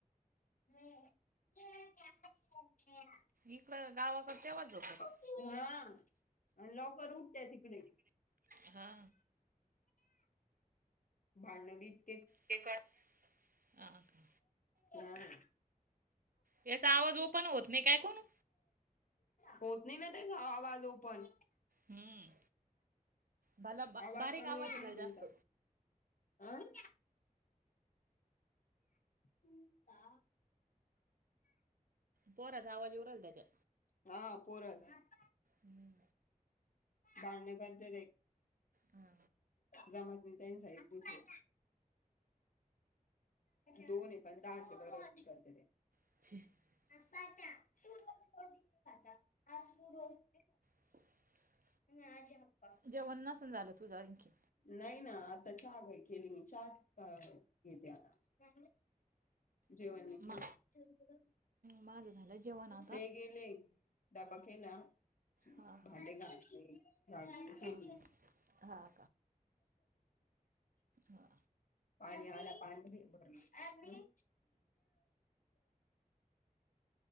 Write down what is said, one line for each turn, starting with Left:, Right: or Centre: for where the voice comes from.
Left: <inaudible>
Right: इकडं गावाकड तेव्हाच झोपते.
Left: हा आणि लौकर उठत्या तिकडे.
Right: हा
Left: भांडवीत
Right: ते काय? हा का?
Left: हा.
Right: याचा आवाज ओपन होत नाही काय कोणु?
Left: होत नाही ना त्याचा आवाज ओपन.
Right: हम्म मला बा
Left: आवाज
Right: बारीक
Left: कमी येतोय
Right: येचाल
Left: तुमचा.
Right: जास्त
Left: अं? <unintelligible>
Right: पोराचा आवाज येऊ राहिला त्याच्यात.
Left: हा पोर <unintelligible>
Right: हम्म.
Left: भांडणे करते ते.
Right: हा.
Left: जमत नाही त्यांचं एक मिनट. दोन आहे पण दहाच <unintelligible> करत ते.
Right: <inaudible>
Left: <inaudible>
Right: <inaudible>
Left: <inaudible>
Right: जेवण नसणं झालं तुझं आणखी?
Left: नाही ना आता चहा बाई केली मी. चहा अ घेते आता. जेवण नाही केलं
Right: मा माझं झालं जेवण आता
Left: ते गेले. डबा केला,
Right: हा
Left: भांडे
Right: हा
Left: घासले <unintelligible>
Right: हा
Left: मी.
Right: हा हा.
Left: पाणी आल्यावर पाणीबी भरलं.